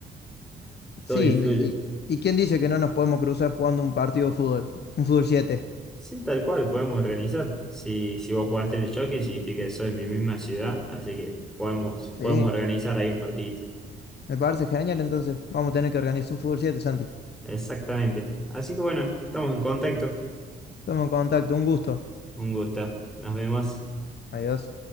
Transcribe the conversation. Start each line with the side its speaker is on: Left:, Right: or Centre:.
Centre: todo
Left: Sí,
Centre: influye.
Left: y, y quién dice que no nos podemos cruzar jugando un partido de fútbol, un fútbol 7.
Centre: Sí, tal cual, podemos organizar. Si, si vos jugaste en el jockey, significa que soy de mi misma ciudad, así que podemos, podemos
Left: Sí,
Centre: organizar ahí un partidito.
Left: me parece genial, entonces vamos a tener que organizar un fútbol 7, Santi.
Centre: Exactamente. Así que bueno, estamos en contacto.
Left: Toma en contacto, un gusto.
Centre: Un gusto. Nos vemos.
Left: Adiós.